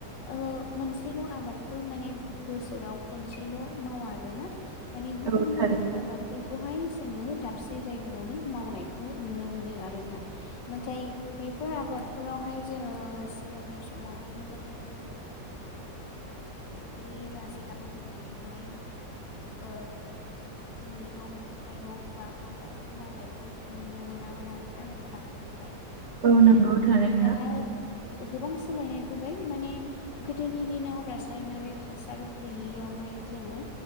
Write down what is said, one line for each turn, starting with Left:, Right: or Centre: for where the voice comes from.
Left: ओ मोनसेल' आबादखौ माने बोसोराव खनसेल' मावा आरो ना। माने गुबुन
Right: औ थारैनो
Left: गुबुन आबाद फोरखौहाय जोङो दाबसे जायगायावनो मावनायखौ नुनो मोनो आरो ना। नाथाय बेफोर आबादफोरावहाय जोङो सिगांनि समावहाय माने जों बै राजाव होनानैहाय ओ मैगं थाइगं बा आबादफोर मावनायखौ नुनो मोना मोन आरो। दा नोंथां नाथाय
Right: औ नंगौ
Left: ओ
Right: थारैनो
Left: दा जो गोबां सोलायनाय फैबाय माने गोदोनि दिनाव गास रासायनारि हासार गैयियावहाय जोङो